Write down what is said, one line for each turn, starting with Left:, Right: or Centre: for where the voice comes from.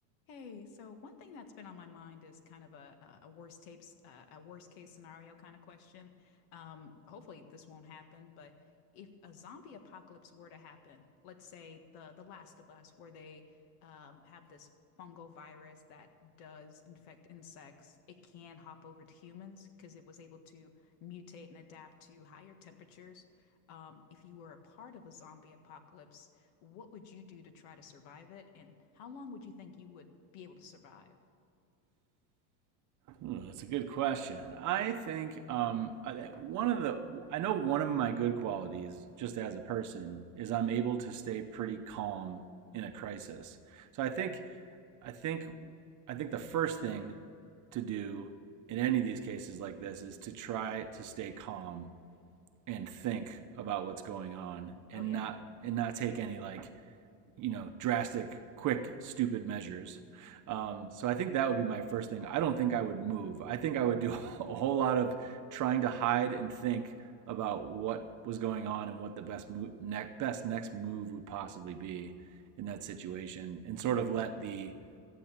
Left: Hey, so one thing that's been on my mind is kind of a a a worst tapes uh, a worst case scenario kind of question. Um, hopefully this won't happen, but if a zombie apocalypse were to happen, let's say the The Last of Us, where they um, have this fungal virus that does infect insects, it can hop over to humans because it was able to mutate and adapt to higher temperatures. Um, if you were a part of a zombie apocalypse. What would you do to try to survive it? And how long would you think you would be able to survive?
Right: Hmm, that's a good question. I think um, I- one of the I know one of my good qualities, just as a person, is I'm able to stay pretty calm in a crisis. So I think I think I think the first thing to do in any of these cases like this is to try to stay calm and think about what's going on and
Left: Oh, yeah.
Right: not and not take any like you know, drastic, quick, stupid measures. Um, so I think that would be my first thing. I don't think I would move. I think I would do <laughs> a whole lot of trying to hide and think about what was going on and what the best move, ne- best next move would possibly be in that situation, and sort of let the